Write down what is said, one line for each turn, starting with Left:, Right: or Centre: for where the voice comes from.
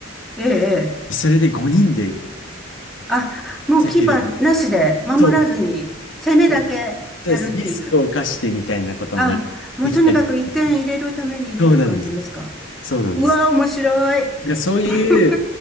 Centre: ええ、ええ。
Left: それで5人で
Centre: あ、もうキーパーなしで守らずに攻めだけやるっていう。
Left: 攻める。そうです。そうです。リスクを冒してみたいなことも
Centre: あ、もうとにかく一点入れるためにっていう感じですか。
Left: できたりして。そうなんです。そうなんです。
Centre: うわ、面白い。
Left: なんからそういう、
Centre: <laughs>